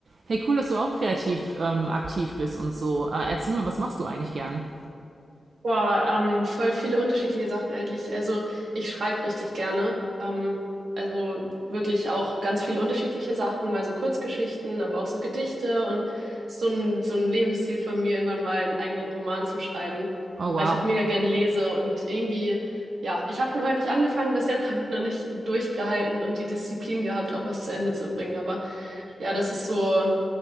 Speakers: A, on the right (about 60°); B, on the right (about 80°).
A: Hey, cool, dass du auch kreativ ähm, aktiv bist und so. Äh, erzähl mal, was machst du eigentlich gern?
B: Boah, ähm, voll viele unterschiedliche Sachen eigentlich. Also ich schreibe richtig gerne. Ähm, also wirklich auch ganz viele unterschiedliche Sachen, mal so Kurzgeschichten, aber auch so Gedichte und so ein, so ein Lebensziel von mir, irgendwann mal einen eigenen Roman zu schreiben,
A: Oh, wow.
B: weil ich auch mega gern lese und irgendwie, ja, ich habe schon häufig angefangen, bis jetzt <laughs> habe ich noch nicht durchgehalten und die Disziplin gehabt, auch was zu Ende zu bringen. Aber ja, das ist so,